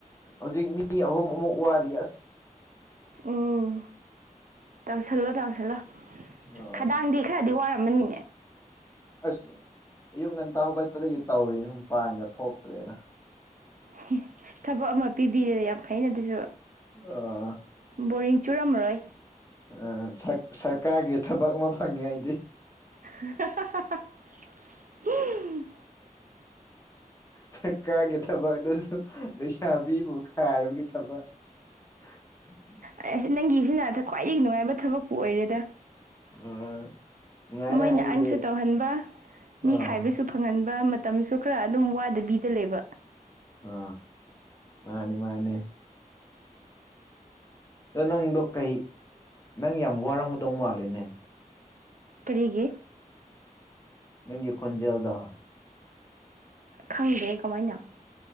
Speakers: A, on the left; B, on the right.
A: ꯍꯧꯖꯤꯛ ꯃꯤ ꯑꯍꯨꯝ ꯑꯃꯨꯛ ꯋꯥꯠꯂꯤ ꯑꯁ
B: ꯎꯝ ꯇꯧꯁꯜꯂꯣ ꯇꯧꯁꯜꯂꯣ
A: ꯑꯣ
B: ꯈꯗꯥꯡꯗꯤ ꯈꯔꯗꯤ ꯋꯥꯔꯝꯃꯅꯤꯅꯦ
A: ꯑꯁ ꯑꯌꯨꯛ ꯉꯟꯇꯥ ꯍꯧꯒꯠꯄꯗꯒꯤ ꯇꯧꯔꯤꯅꯤ ꯃꯄꯥꯟꯒ ꯊꯣꯛꯇ꯭ꯔꯦꯗ
B: <inaudible> ꯊꯕꯛ ꯑꯃ ꯄꯤꯕꯤꯔꯦ ꯌꯥꯝ ꯐꯩꯅ ꯑꯗꯨꯁꯨ
A: ꯑꯥ
B: ꯕꯣꯔꯤꯡ ꯆꯨꯔꯝꯃꯔꯣꯏ
A: ꯑ ꯁꯔ ꯁꯔꯀꯥꯔꯒꯤ ꯊꯕꯛ ꯑꯃ ꯐꯪꯉꯦ ꯑꯩꯗꯤ
B: ꯍꯥꯍꯥꯍꯥ ꯎꯝ
A: ꯁꯔꯀꯥꯔꯒꯤ ꯊꯕꯛ ꯑꯗꯨꯁꯨ ꯂꯩꯁꯥꯕꯤ ꯒꯨꯝꯕ ꯈꯥꯏꯕꯒꯤ ꯊꯕꯛ <inaudible>
B: ꯑꯦꯁ ꯅꯪꯒꯤꯁꯤꯅ ꯑꯗ ꯈ꯭ꯋꯥꯏꯗꯒꯤ ꯅꯨꯡꯉꯥꯏꯕ ꯊꯕꯛꯄꯨ ꯑꯣꯏꯔꯦꯗ
A: ꯑ ꯅꯨꯡꯉꯥꯏꯅ
B: ꯃꯣꯏꯅ
A: ꯑꯩꯒꯤꯗꯤ
B: ꯑꯟꯁꯨ ꯇꯧꯍꯟꯕ ꯃꯤ
A: ꯑꯥ
B: ꯈꯥꯏꯕꯁꯨ ꯐꯪꯍꯟꯕ ꯃꯇꯝꯁꯨ ꯈꯔ ꯑꯗꯨꯝ ꯋꯥꯗꯕꯤꯗ ꯂꯩꯕ
A: ꯑ ꯃꯥꯅꯦ ꯃꯥꯅꯦ ꯑ ꯅꯪꯗꯣ ꯀꯩ ꯅꯪ ꯌꯥꯝ ꯋꯥꯔꯝꯒꯗꯧ ꯃꯥꯂꯦꯅꯦ
B: ꯀꯔꯤꯒꯤ
A: ꯅꯪꯒꯤ ꯈꯣꯟꯖꯦꯜꯗꯣ
B: ꯈꯪꯗꯦ ꯀꯃꯥꯏꯅ